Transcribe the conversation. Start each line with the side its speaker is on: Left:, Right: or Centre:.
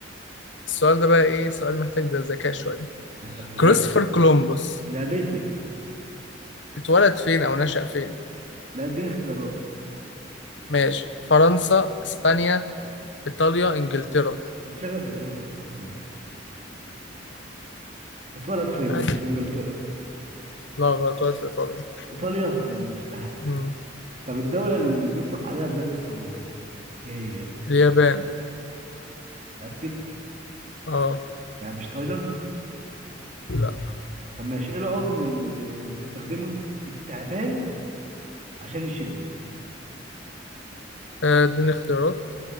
Left: السؤال ده بقى إيه سؤال محتاج ده ذكاء شوية
Right: محتاج ذكاء
Left: كريستوفر كولومبوس
Right: لعبتي
Left: اتولد فين أو نشأ فين؟
Right: لا اديني اختيارات
Left: ماشي فرنسا إسبانيا إيطاليا إنجلترا
Right: انت شكلك بتحب كريستوفر كولومبس اتولد في إن-
Left: عادي
Right: في انجلترا
Left: لا غلط اتولد في إيطاليا
Right: ايطاليا امم مش حاسس
Left: مم.
Right: طب الدولة اللي بيطلق عليها بلاد الساموراي ايه هي؟
Left: اليابان
Right: متأكد؟
Left: أه
Right: يعني مش تايلاند؟
Left: لا
Right: طب ماشي ايه العضو اللي بيستخدمه التعبان عشان يشم؟
Left: آه، اديني اختيارات